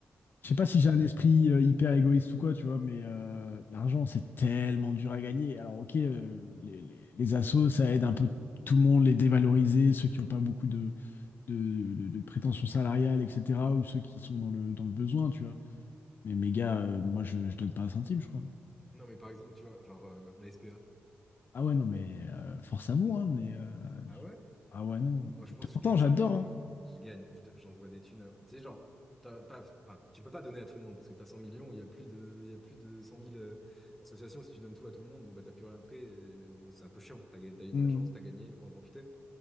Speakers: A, on the left; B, in the centre.
A: je sais pas si j'ai un esprit euh, hyper égoïste ou quoi, tu vois, mais euh, l'argent, c'est tellement dur à gagner. Alors, ok, euh, les, les, les assos, ça aide un peu tout le monde, les dévaloriser, ceux qui n'ont pas beaucoup de, de, de, de prétentions salariales, etc., ou ceux qui sont dans le, dans le besoin, tu vois. Mais mes gars, euh, moi, je, je donne pas un centime, je crois.
B: Non, mais par exemple, tu vois, genre euh, la SPA.
A: Ah ouais, non, mais euh, force à vous, hein, mais... euh,
B: Ah
A: je-
B: ouais?
A: Ah ouais, non. Bah,
B: Moi, je pense que
A: Pourtant,
B: je gagne
A: j'adore,
B: 100 millions,
A: hein.
B: je, je gagne, je- j'envoie des thunes. à- Tu sais, genre, t'as pas, enfin, tu peux pas donner à tout le monde parce que t'as 100 millions, il y a plus de, il y a plus de cent mille euh, associations. Si tu donnes tout à tout le monde, bon, bah, t'as plus rien après. et, euh, bon, c'est un peu chiant. T'as, gagné- t'as eu
A: Hmm.
B: de la chance, t'as gagné, faut en profiter.